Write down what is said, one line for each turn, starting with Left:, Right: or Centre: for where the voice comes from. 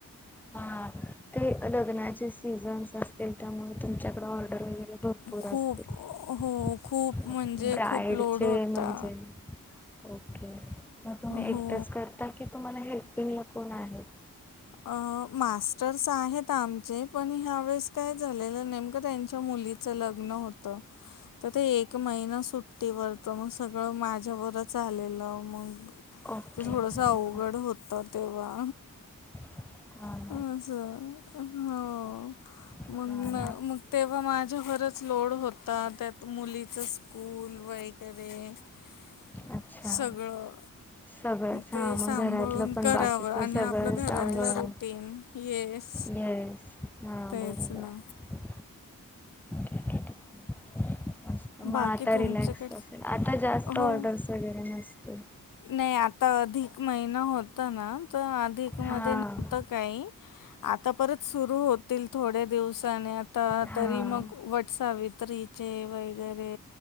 Centre: हा ते लग्नाचे सीझनस असतील त्यामुळे तुमच्याकडे ऑर्डर भरपूर
Left: खूप
Centre: असतील <inaudible>
Left: हो खूप म्हणजे
Centre: ब्राईडचे
Left: खूप लोड होता
Centre: म्हणजेओके <inaudible> मग तुम्ही एकटंच
Left: हो
Centre: करता की तुम्हाला हेल्पिंग कोण आहे <inaudible>
Left: अ मास्टर्स आहेत आमचे पण ह्या वेळेस काय झालेलं नेमक त्यांच्या मु मुलीच लग्न होत <inaudible> तर ते एक महिना सुट्टीवरत मग सगळं माझ्यावरच आलेलं मग <inaudible>
Centre: ओके
Left: ते थोडस
Centre: ओके
Left: अवघड
Centre: हां
Left: होत तेव्हा
Centre: <inaudible> हम
Left: <inaudible> अच हो
Centre: हां
Left: मग
Centre: हां ना
Left: मग तेव्हा माझ्यावररच लोड होता त्यात मुलीच स्कूल वे <inaudible>
Centre: अच्छा
Left: सगळं
Centre: सगळंच
Left: ते
Centre: हा मग
Left: सांभाळून
Centre: घरातलं पण
Left: करावं
Centre: बाकीच
Left: आणि
Centre: सगळं
Left: आपलं घरातलं
Centre: सांभाळ
Left: रुटीन येस
Centre: येस हा
Left: तेच
Centre: बरोबर
Left: ना
Centre: ठीक आहे ठीक आहे. मग
Left: बाकी
Centre: आता
Left: तुमच्याकडे
Centre: रिलॅक्स असेल आता जास्त
Left: हो
Centre: ऑर्डर्स वगैरे नसतील
Left: नाही आता अधिक महिना होत ना तर अधिक म
Centre: हां
Left: नव्हतं काही <inaudible> आता परत सुरु होतील थोड्या दिवसाने आता
Centre: हां
Left: तरी मग वटसावी <inaudible> कत्रीचे वगैरे